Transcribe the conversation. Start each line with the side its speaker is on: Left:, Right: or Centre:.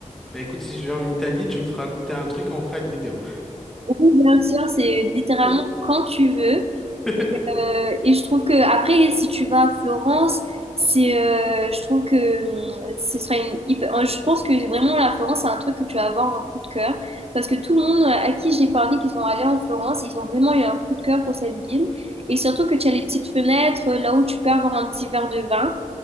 Centre: Bah écoute, si je vais en Italie, tu me feras goûter un truc, on fera une vidéo.
Right: Oui, Bien sûr, c'est littéralement
Centre: peu.
Right: quand tu veux.
Centre: <laughs>
Right: Et, euh, et je trouve que après, si tu vas à Florence, c'est, euh, je trouve que hum, ce sera une hyper- euh, Je pense que vraiment la Florence, c'est un truc que tu vas avoir un coup de cœur parce que tout le monde euh, à qui j'ai parlé qui sont allés en Florence, ils ont vraiment eu un coup de cœur pour cette ville. Et surtout que tu as les petites fenêtres là où tu peux avoir un petit verre de vin.